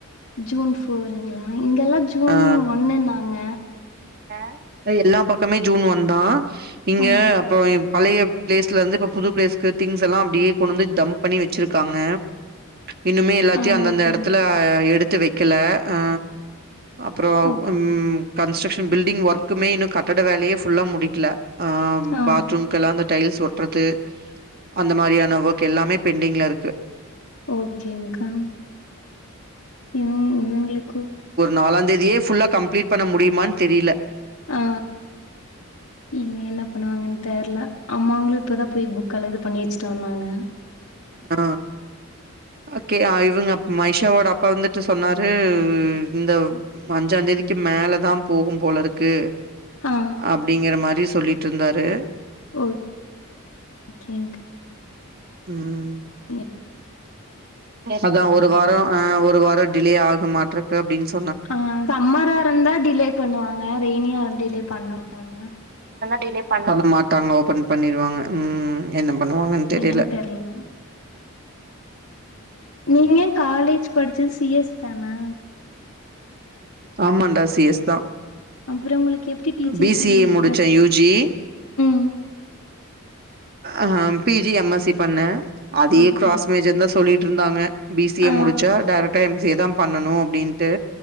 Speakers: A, on the left; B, on the right.
A: ஜூன் ஃபோருங்களா இங்கல்லா ஜூன்
B: ஆ
A: ஒன்னுனாங்க
B: ஆ எல்லா பக்கமே ஜூன் ஒன்தா இங்க
A: ஆ
B: அப்றோ பழைய பிளேஸ்ல இருந்து இப்ப புது பிளேஸ்க்கு திங்ஸ் எல்லா அப்டியே கொண்டு வந்து டம்ப் பண்ணி வச்சிருக்காங்க இன்னுமே எல்லாத்தையு
A: ஆ
B: அந்தந்த
A: ஓகேங்க்கா
B: எடத்துல எடுத்து வைக் க்கல அ அப்புறோ
A: ஓ
B: ம் கன்ஸ்ட்க்ஷன் பில்டிங் ஒர்குமே இன்னு கட்டட வேலையே ஃபுல்லா முடிக்கல அ
A: ஆ
B: பாத்ரூம்க்கல்லா அந்த டைல்ஸ் ஒட்டறது அந்த மாரியான ஒர்க் எல்லாமே பெண்டிங்ல இருக்கு
A: ஓகேங்கா இவ இவங்களுக்கு
B: நாலா தேதியே ஃபுல்லா கம்ப்ளீட் பண்ண முடியுமான் தெரியல
A: ஆ இங்க என்ன பண்ணுவாங்கன் தெர்ல அம்மாங்களுக் இப்பதா போய் புக்க எல்லா இது பண்ணி வச்சிட்டு வந்தாங்க ம்
B: அ அ ஓகே இவங்க மைஷாவோட அப்பா வந்துட்டு சொன்னாரு இந்த அஞ்சா தேதிக்கு மேலதா போகு போல இருக்கு
A: ஆ
B: அப்பிடிங்கற மாரி ட்டு சொல்லிட்டு இருந்தாரு
A: ஓ ஓகே
B: ம்
A: <unintelligible> <unintelligible>
B: அதா ஒரு
A: தெர்ல
B: வாரோ ஆ ஒரு வாரோ டிலே ஆ மாற்றக்கு அப்பிடின் சொ
A: ஆ சம்மார இருந்தா டிலே பண்ணுவாங்க ரெய்னியா இருந்து டிலே பண்ணமாட்டாங்க
B: டிலே பண்ணமாட் ட்டாங்க ஓபன் பண்ணிருவாங்க ம் என்ன பண்ணுவாங்கன்னு தெரியல
A: என்னன்னு தெர்ல நீங்க காலேஜ் ப படிச்சது சிஎஸ் தானா
B: ஆமாண்டா சி எஸ் தா
A: அப்புறோ உங்களுக்கு எப்படி டீச்சிங்
B: பி
A: ஃபீல்ல
B: சி ஏ
A: இன்ட்ரெஸ்
B: முடிச்சே யூ ஜி
A: ம்
B: ஆ பிஜி எம்எஸ்சி பண்ணே அதே
A: ஓகே
B: கிராஸ் மேஜந்தா சொல்லிட்ருந்தாங்க பி சி
A: ஆ
B: ஏ முடிச்சா டேரக் டு எம் ஸி எ தா பண்னணு அப்டின்டு